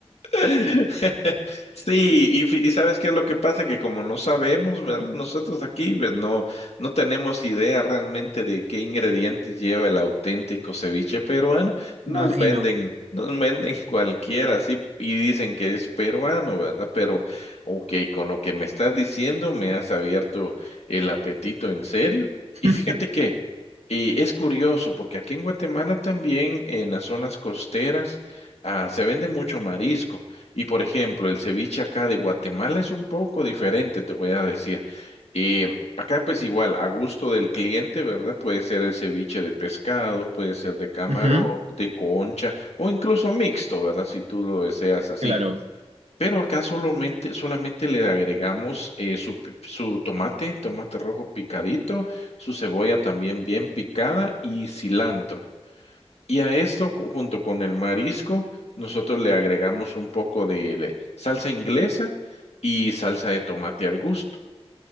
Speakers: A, on the left; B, on the right.
A: <laughs> Sí, y, fi- y sabes qué es lo que pasa, que como no sabemos, ¿verdad? Nosotros aquí pues, no, no tenemos idea realmente de qué ingredientes lleva el auténtico ceviche peruano.
B: <laughs>
A: Nos
B: Imagino.
A: venden, nos venden cualquiera, sí, y dicen que es peruano, ¿verdad? Pero, ok, con lo que me estás diciendo, me has abierto el apetito en serio.
B: <laughs>
A: Y fíjate que eh, es curioso, porque aquí en Guatemala también, en las zonas costeras, ah, se vende mucho marisco. Y por ejemplo, el ceviche acá de Guatemala es un poco diferente, te voy a decir. Eh, acá pues igual, a gusto del cliente, ¿verdad? Puede ser el ceviche de pescado, puede ser de camarón,
B: Ujú, ujú,
A: de concha o incluso mixto, ¿verdad? Si tú lo deseas así.
B: claro,
A: Pero acá solamente, solamente le agregamos eh, su, pi- su tomate, tomate rojo picadito, su cebolla también bien picada y cilantro. Y a esto, cu- junto con el marisco, nosotros le agregamos un poco de le- salsa inglesa y salsa de tomate al gusto